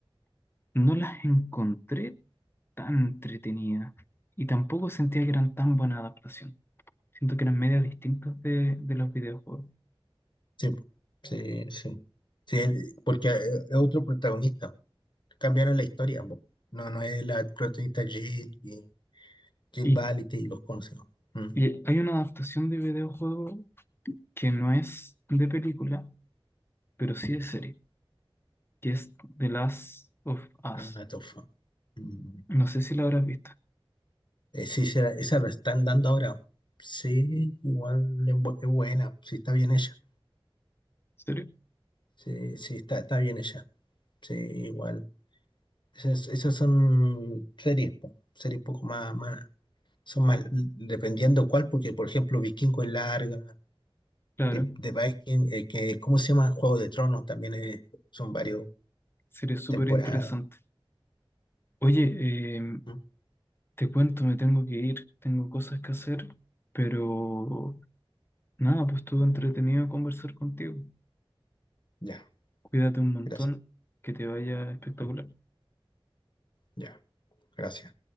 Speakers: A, on the left (about 25°); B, on the left (about 55°).
A: no las encontré tan entretenidas y tampoco sentía que eran tan buena adaptación. Siento que eran medias distintas de, de los videojuegos.
B: Sí, po. sí, sí. Sí, es- porque eh, es otro protagonista. Cambiaron la historia, po. No, no es la protagonista Jill y Jill
A: Y,
B: Valentine y los conocidos. Mm.
A: y hay una adaptación de videojuego que no es de película, pero sí de serie, que es The Last of Us.
B: Ah, tofa. Mm.
A: No sé si la habrás visto.
B: Eh, sí, será- esa la están dando ahora. Sí, igual es, bu- es buena. Sí, está bien ella.
A: ¿Serio?
B: Sí, sí, está, está bien ella. Sí, igual. Esas, esas son series, po, series un poco más, más, son más, dependiendo cuál, porque por ejemplo Vikingo es larga,
A: Claro,
B: The, The Viking, eh, que, ¿cómo se llama? Juego de Tronos también es- son varios
A: serie súper
B: temporadas.
A: interesante. Oye, eh,
B: ¿Mm?
A: Te cuento, me tengo que ir, tengo cosas que hacer, pero nada, pues estuvo entretenido conversar contigo.
B: Ya,
A: Cuídate un montón,
B: gracias.
A: que te vaya espectacular.
B: Ya, gracias.